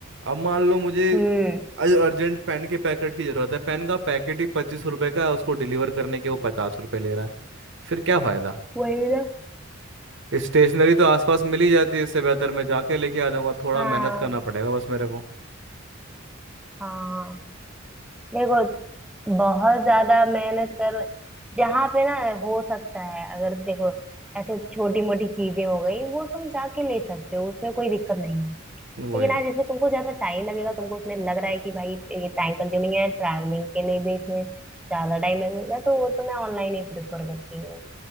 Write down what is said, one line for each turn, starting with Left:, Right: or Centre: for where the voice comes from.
Right: अब मान लो मुझे
Centre: हम्म
Right: अर्जेंट पेन के पैकेट की जरूरत है पेन का पैकेट ही पच्चीस रुपए का है उसको डिलीवर करने के वो पचास रुपए ले रहा है फिर क्या फायदा
Centre: वही ना
Right: स्टेशनरी तो आसपास मिल ही जाती है इससे बेहतर मैं जाके लेके आ जाऊंगा थोड़ा
Centre: हाँ
Right: मेहनत करना पड़ेगा बस मेरे को
Centre: हाँ देखो बहुत ज्यादा मेहनत कर जहाँ पे ना हो सकता है अगर देखो ऐसे छोटी मोटी चीजें हो गई वो तुम जाके ले सकते हो उसमें कोई दिक्कत नहीं है
Right: वही
Centre: लेकिन आज इसमें तुमको ज्यादा टाइम लगेगा तुमको उसमें लग रहा है कि भाई ये टाइम कंज्यूमिंग है ट्रैवलिंग के लिए भी इसमें ज्यादा टाइम लगेगा तो वो तो मैं ऑनलाइन ही प्रेफर करती हूँ